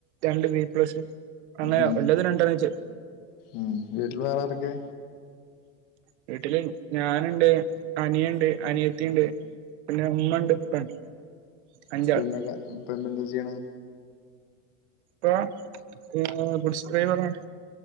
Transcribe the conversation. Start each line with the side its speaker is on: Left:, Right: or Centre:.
Right: രണ്ട് ബി പ്ലസ് അങ്ങനെ
Left: ഉം
Right: ഉള്ളത് രണ്ടണ്ണം വെച്ച
Left: ഉം വീട്ടില് വേറാരൊക്കെ
Right: വീട്ടില് ഞാന്ണ്ട്, അനിയണ്ട്, അനിയത്തിണ്ട് പിന്നെമ്മണ്ട് ഉപ്പണ്ട് അഞ്ചാള്
Left: ഉപ്പിമ്മക്കൊ ഉപ്പമ്മേം ന്താ ചെയ്യണേ
Right: ഉപ്പ ഏഹ് ഗുഡ്സ് ഡ്രൈവറാണ്